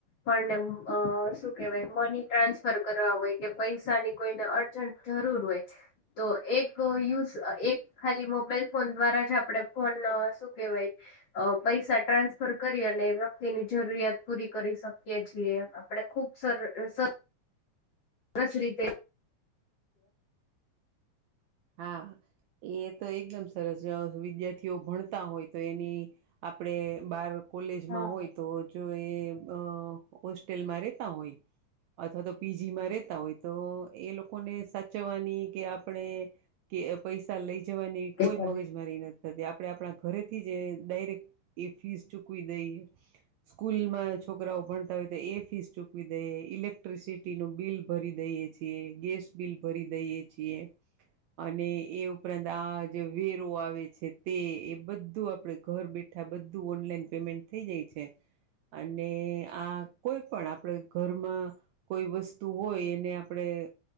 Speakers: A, on the left; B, on the right.
A: પણને અ શું કહેવાય મની ટ્રાન્સફર કરવા હોય કે પૈસાની કોઈ અર્જન્ટ જરૂર હોય છે તો એક યુઝ એક ખાલી મોબાઈલ ફોન દ્વારા જ આપણે ફોન શું કેહેવાય અ પૈસા ટ્રાન્સફર કરી હગે વ્યક્તિની જરૂરિયાત પૂરી કરી શકીએ છીએ આપણે ખુબ સર સર સરસ રીતે
B: હા એ તો એકદમ સરસ વિદ્યાર્થીઓ ભણતા હોય તો એની આપડે બાર કોલેજમાં
A: હા
B: હોય તો જો એ અ હોસ્ટેલ માં રેતા હોય અથવા તો પીજી માં રેતા હોય તો એ લોકોને સાચવવાની કે આપણે કે પૈસા લઈ જવાની
A: તે
B: કોઈ
A: પણ
B: મગજ મારી નથી આપણે આપણા ઘરેથી જ ડાયરેક્ટ એ ફીસ ચૂકવી દઈએ સ્કૂલમાં છોકરાઓ ભણતા હોય તો એ ફીસ ચૂકવી દઈએ ઇલેક્ટ્રિસિટી નું બિલ ભરી દઈએ છીએ ગેસ બિલ ભરી દઈએ છીએ
A: <inaudible>
B: અને એ ઉપરાંત આ જે વેરો આવે છે તે એ બધું આપડે ઘર બેઠા બધું ઓનલાઈન પેમેન્ટ થઈ જાય છે અને આ કોઈ પણ આપ આપડે ઘરમાં કોઈ વસ્તુ હોય એને આપણે